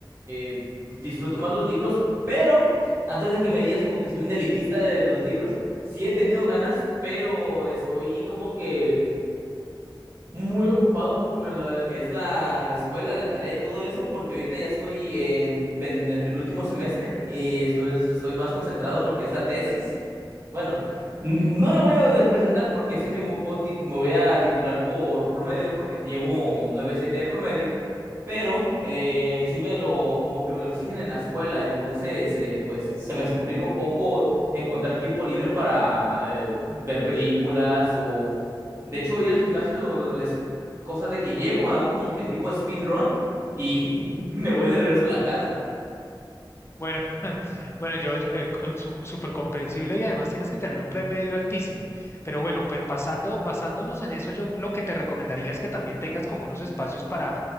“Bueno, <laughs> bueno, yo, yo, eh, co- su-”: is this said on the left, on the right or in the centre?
Left